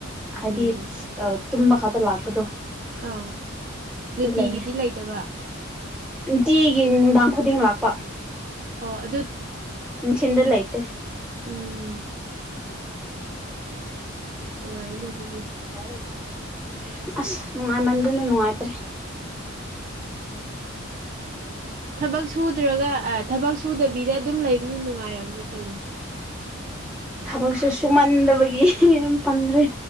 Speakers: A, in the centre; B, on the right.
A: ꯍꯥꯏꯗꯤ
B: ꯎꯝ
A: ꯇꯨꯝꯕ ꯈꯛꯇ ꯂꯥꯛꯄꯗꯣ꯫
B: ꯑꯥ ꯅꯨꯡꯇꯤꯒꯤꯗꯤ
A: ꯑꯗꯨ ꯂꯩꯌꯦ
B: ꯂꯩꯇꯕ?
A: ꯅꯨꯡꯇꯤꯒꯤ ꯅꯨꯡꯗꯥꯡ ꯈꯨꯗꯤꯡ ꯂꯥꯛꯄ꯫
B: ꯑꯣ ꯑꯗꯨ
A: ꯅꯨꯡꯊꯤꯟꯗ ꯂꯩꯇꯦ꯫
B: ꯎꯝ ꯅꯨꯡꯉꯥꯏꯅꯦ ꯑꯗꯨꯗꯤ
A: <inaudible> ꯑꯁ ꯅꯨꯡꯉꯥꯏꯃꯟꯗꯅ ꯅꯨꯡꯉꯥꯏꯇ꯭ꯔꯦ꯫
B: ꯊꯕꯛ ꯁꯨꯗ꯭ꯔꯒ ꯊꯕꯛ ꯁꯨꯗꯕꯤꯗ ꯑꯗꯨꯝ ꯂꯩꯕꯅꯤꯅ ꯅꯨꯡꯉꯥꯏꯔꯜꯅꯤ ꯀꯩꯅꯣ꯫
A: ꯊꯕꯛꯁꯨ ꯁꯨꯃꯟꯗꯕꯒꯤ ꯌꯥꯝ ꯇꯟꯈ꯭ꯔꯦ꯫